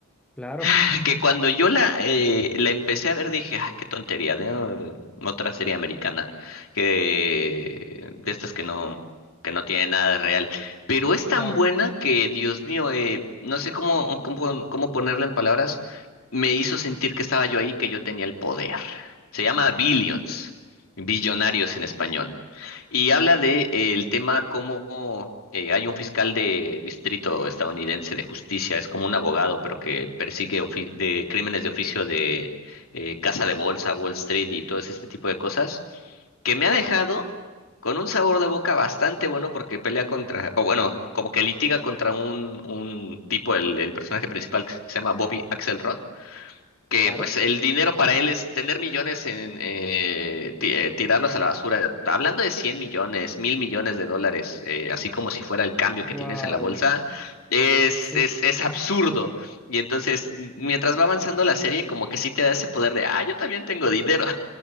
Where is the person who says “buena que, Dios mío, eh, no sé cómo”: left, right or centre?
Left